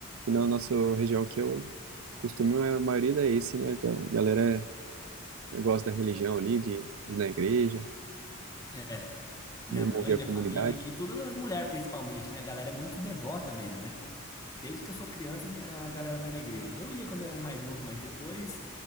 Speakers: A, on the right (about 75°); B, on the left (about 15°).
A: E Na nossa região aqui, eu costumo, a maioria é esse, né? A galera gosta da religião ali, de, de ir na igreja,
B: É, minha
A: de mover
B: mãe, minha
A: a comunidade.
B: família aqui, todas as mulheres principalmente, né? A galera é muito devota mesmo, né? Desde que eu sou criança, a galera vai na igreja. Eu ia quando eu era mais novo, mas depois